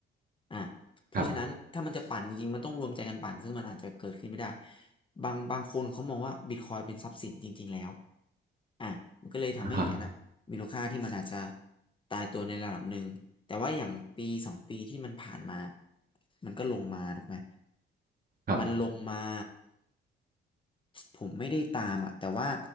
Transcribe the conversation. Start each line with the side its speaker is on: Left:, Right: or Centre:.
Left: อ่ะเพราะฉะนั้นถ้ามันจะปั่นจริงๆมันต้องรวมใจกันปั่นซึ่งมันอาจจะเกิดขึ้นไม่ได้
Right: ครับ
Left: บางบางคนเขามองว่าบิตคอยเป็นทรัพย์สินจริงๆแล้วอ่ะมันก็เลยทำให้เหรียญอ่ะ
Right: อ่าฮะ
Left: มูลค่าที่มันอาจจะตายตัวในระดับหนึ่งแต่ว่าอย่างปีสองปีที่มันผ่านมามันก็ลงมาถูกไหม
Right: ครับ
Left: มันลงมาผมไม่ได้ตามอ่ะแต่ว่า